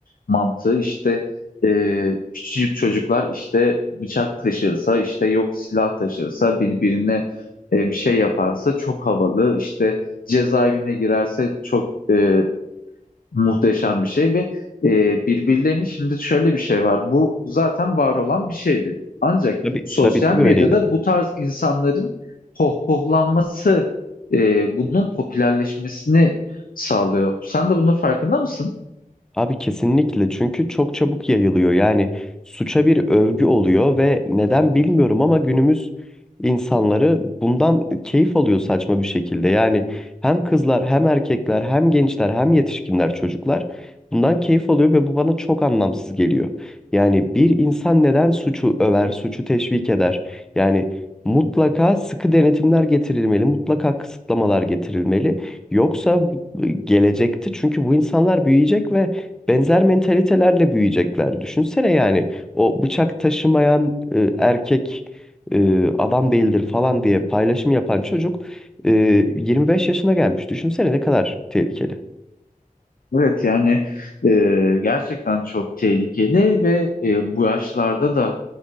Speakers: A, on the left; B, in the centre.
A: mantığı işte e, küçücük çocuklar işte bıçak taşırsa işte yok silah taşırsa birbirine e, bir şey yaparsa çok havalı işte cezaevine girerse çok e, Muhteşem bir şey ve e, birbirlerini şimdi şöyle bir şey var. Bu zaten var olan bir şeydi. Ancak
B: Tabii.
A: sosyal
B: Tabii tabii
A: medyada
B: öyleydi.
A: bu tarz insanların pohpohlanması e, bunun popülerleşmesini sağlıyor. Sen de bunun farkında mısın?
B: Abi kesinlikle çünkü çok çabuk yayılıyor. Yani suça bir övgü oluyor ve neden bilmiyorum ama günümüz insanları bundan keyif alıyor saçma bir şekilde. Yani hem kızlar hem erkekler hem gençler hem yetişkinler çocuklar bundan keyif alıyor ve bu bana çok anlamsız geliyor. Yani bir insan neden suçu över, suçu teşvik eder? Yani mutlaka sıkı denetimler getirilmeli, mutlaka kısıtlamalar getirilmeli. Yoksa bu- gelecekte çünkü bu insanlar büyüyecek ve benzer mentalitelerle büyüyecekler. Düşünsene yani o bıçak taşımayan e, erkek e, adam değildir falan diye paylaşım yapan çocuk e, 25 yaşına gelmiş. Düşünsene ne kadar tehlikeli.
A: Evet yani e, gerçekten çok tehlikeli ve e, bu yaşlarda da